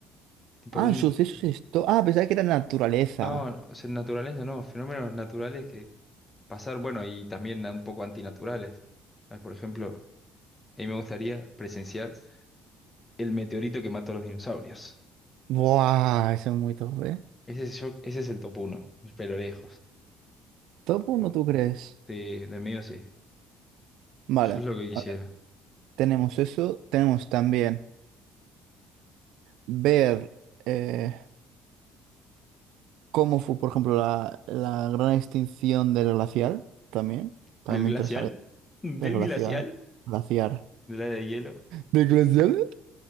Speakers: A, on the left; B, on the right.
A: Tipo
B: Ah,
A: un...
B: sucesos
A: f-
B: esto. Ah, pensaba que era naturaleza.
A: No, o sea, naturaleza no, fenómenos naturales que pasar, bueno, y también un poco antinaturales. Ah, Por ejemplo, a mí me gustaría presenciar el meteorito que mató a los dinosaurios.
B: Buah, eso es muy top, ¿eh?
A: Ese es, yo, ese es el top uno, pero lejos.
B: Top uno,
A: Sí,
B: ¿tú crees?
A: De, del mío sí, yo
B: Vale,
A: es lo que quisiera.
B: a ver, tenemos eso. Tenemos también ver. eh, cómo fue, por ejemplo, la, la gran extinción del glacial también. También
A: ¿Del
B: me
A: glacial?
B: interesaría.
A: ¿Del
B: El glacial.
A: glacial?
B: Glaciar.
A: ¿Del área de hielo?
B: ¿De glacial?